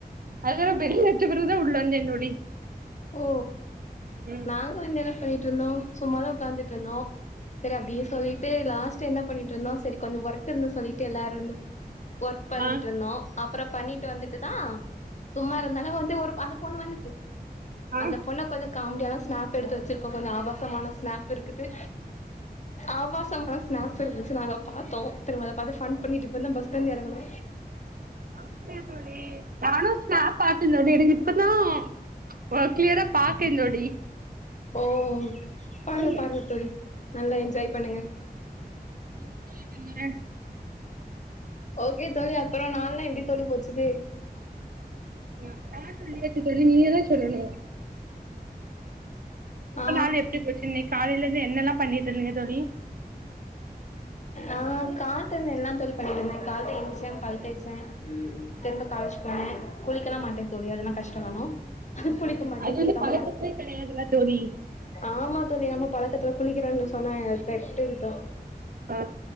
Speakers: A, on the right; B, on the left.
A: பதவு பெல்ல அடிச்ச பெறவுதா உள்ள வந்தே தோழி
B: ஓ
A: ம்
B: நாங்க வந்து என்ன பண்ணிட்டு இருந்தோ சும்மாதா உக்காந்துட்டு இருந்தோ சரி அப்டியே சொல்லிட்டு லாஸ்ட் என்ன பண்ணிட்டு இருந்தோ சரி கொஞ்சோ ஒர்க் இருந்து சொல்லிட்டு எல்லாரும் இருந்தோ ஒர்க் பண்ணிட்டு
A: ஆ
B: இருந்தோ அப்பற பண்ணிட்டு வந்துட்டு தா சும்மா இருந்தாலு வந்து ஒரு அந்த பொண்ணு வந்துச்சு
A: ஆ
B: அந்த பொண்ண கொஞ்சோ காமெடியான ஸ்நாப் எடுத்து வச்சிருக்கோ கொஞ்சோ ஆபாசமான ஸ்நாப் துருக்குது ஆபாச ரம் ஸ்நாக்ஸ் இருந்துச்சு நாங்க பாத்தோ திரும்ப பாத்த ஃபன் பண்ணிட்டு இப்பதா பஸ்லந்து எறங்குனோ
A: அப்டியா தோழி நானு ஸ்னாப் பாத்த தோழி எனக்கு இப்பதா ஒ கிளியரா பாக்கே தோழி
B: ஓ பாருங்க
A: ம்
B: பாருங்க பாரு நல்லா என்ஜாய் பண்ணுங்க
A: எப்டி தோழி பின்னுன
B: ஓகே தோழி அப்ற நாள்ல்லா எப்டி தோழி போச்சுது
A: நா நா சொல்லயே ச்சு தோழி நீங்கதா சொல்லணு உங்க
B: ஆ
A: நாள் எப்டி போச்சு இன்னைக் காலைலருந்து என்னெல்லா பண்ணிட்டு இருந்தீங்க தோழி
B: ஆ காத்த இருந்து எல்லா தோழி பண்ணிட்டு இருந்தே கால்த்த எஞ்சிச்ச பல் தேய்ச்ச ச திரும்ப காலேஜ் போனே குளிக்கெல்லா மாட்ட தோழி அதெல்லா கஷ்ட கால குளிக்க மாட்ட
A: அது வந்து
B: குளிக்காமதா
A: பழக்கத்திலே கெடையாதுல்ல தோழி
B: ஆமா தோழி நம்ம பழக்கத்துல குளிக்கிறோனு சொன்னா பெட்டுருக்கா
A: ஆ